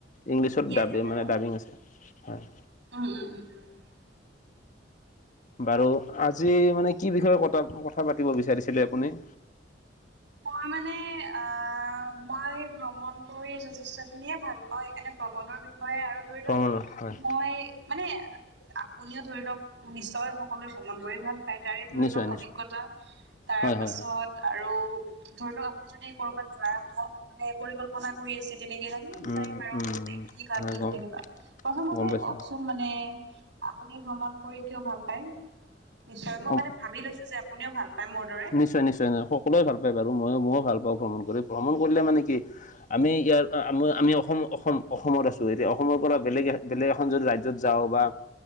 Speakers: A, on the left; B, on the right.
A: ইংলিছত
B: ঠিকে
A: দাবি
B: আছে বাৰু
A: মানে
B: উম,
A: ডাবিং আছে হয়
B: উম, উম, উম।
A: বাৰু আজি মানে কি বিষয়ে কথা কথা পাতিব বিচাৰিছে চিলে আপুনি
B: মই মানে আহ মই ভ্ৰমণ কৰি যথেষ্টখিনিয়ে ভাল পাওঁ সেইকাৰণে ভ্ৰমণৰ বিষয়ে আৰু ধৰি
A: ভ্ৰমণৰ
B: লওক
A: হয়
B: মই মানে আপুনিও ধৰি লওক নিশ্চয় সকলোৱে ভ্ৰমণ কৰি ভাল পাই তাৰে ধৰি
A: নিশ্চয়
B: লওক
A: নিশ্চয়
B: অভিজ্ঞতা তাৰ
A: হয়
B: পাছত
A: হয় হয়
B: আৰু ধৰি লওক আপুনি যদি ক'ৰবাত যোৱাৰ কথা মানে পৰিকল্পনা কৰি আছে তেনেকে কিনো বিচাৰিম
A: উম
B: আৰু
A: উম
B: মানে কি ভাবি
A: হয়
B: আছে
A: গম
B: এনেকুৱা। প্ৰথমতে
A: গম পাইছো
B: কওকচোন মানে আপুনি ভ্ৰমণ কৰি কিয় ভাল পায়? নিশ্চয়। মই
A: অ
B: মানে ভাবি লৈছো যে আপুনিও ভাল পায় মোৰ দৰে।
A: নিশ্চয় নিশ্চয় <unintelligible> সকলোৱে ভাল পায় বাৰু ময়ো ময়ো ভাল পাওঁ ভ্ৰমণ কৰি। ভ্ৰমণ কৰিলে মানে কি আমি ইয়াৰ আম-আ-আমি অসম-অসম-অসমত আছো এতিয়া অসমৰ পৰা বেলেগ বেলেগ এখন যদি ৰাজ্যত যাওঁ বা